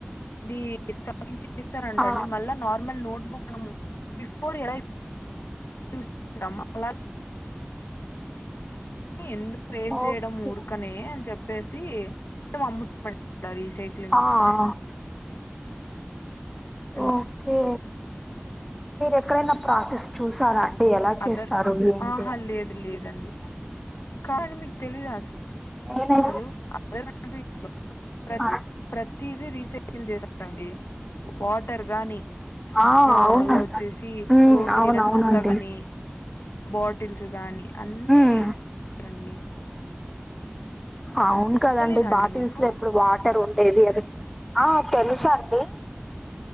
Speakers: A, on the left; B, in the centre.
A: అది <unintelligible> చేస్తారంటండి
B: ఆ,
A: మళ్ళా నార్ మళ్ళీ నోట్బుక్ బిఫోర్ ఎలా యూస్ చేసుకునమో అలా ఎందుకు వేస్ట్ జేయడం
B: ఓకే
A: ఊర్కనే అని చెప్పేసీ మేము అమ్ముతామండి ఆ రీసైకిల్
B: ఆ ఆ
A: వల్ల
B: ఓకే మీరు ఎక్కడైనా ప్రాసెస్ చూసారా అంటే ఎలా చేస్తారు
A: అదర్
B: ఏంటి
A: ఆహా
B: అని
A: లేదు లేదండి కానీ మీకు తెలీదా అస
B: నేనై
A: <unintelligible>
B: ఆ
A: ఇది రీసైకిల్ చేశారండి వాటర్ గానీ ఫూడూ
B: ఆ! అవునండి
A: అల్లో చేసి
B: ఉమ్
A: రోడ్డు
B: అవునవునండి
A: మీద చెత్త గానీ బాటిల్స్ గాని అన్నీ
B: ఉమ్
A: రీసైకిల్ రండి
B: అవున్ కదండి
A: తెలీదా
B: బాటిల్స్
A: అండి మీకు
B: లో ఎప్పుడు వాటర్ ఉండేది అది ఆ తెలుసా అండి